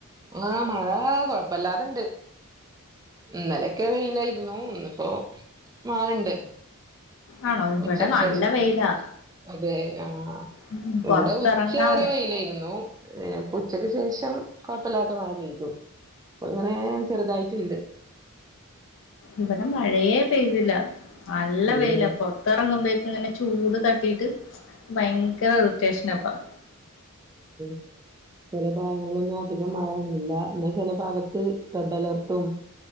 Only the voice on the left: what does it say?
ആണോ ഇവിടെ
നല്ല
വെയിലാ
ഉം, പുറത്തിറങ്ങാൻ
വയ്യ
ഇവിടെ മഴയെ പെയ്തില്ല നല്ല
വെയിലാ പൊറത്തെറങ്ങുമ്പേ ങ്ങനെ ചൂടു തട്ടിട്ട് ഭയങ്കര ഇറിറ്റേഷന പ്പം